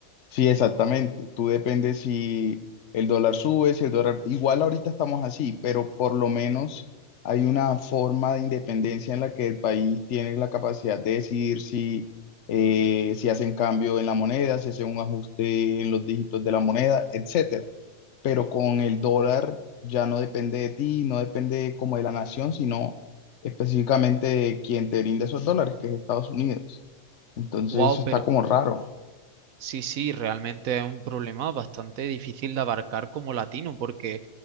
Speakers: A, on the left (about 55°); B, on the right (about 70°).
A: Sí, exactamente. Tú dependes si el dólar sube, si el dólar... Igual ahorita estamos así, pero por lo menos hay una forma de independencia en la que el país tiene la capacidad de decidir si, eh, si hacen cambio en la moneda, si hacen un ajuste en los dígitos de la moneda, etcétera. Pero con el dólar ya no depende de ti, no depende como de la nación, sino específicamente de quien te brinda esos dólares, que es Estados Unidos. Entonces
B: Wow,
A: eso está
B: pero
A: como raro.
B: sí, sí, realmente es un problema bastante difícil de abarcar como latino, porque